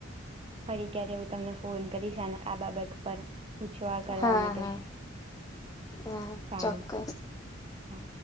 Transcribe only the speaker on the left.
હા
હા હા!
ચોક્ક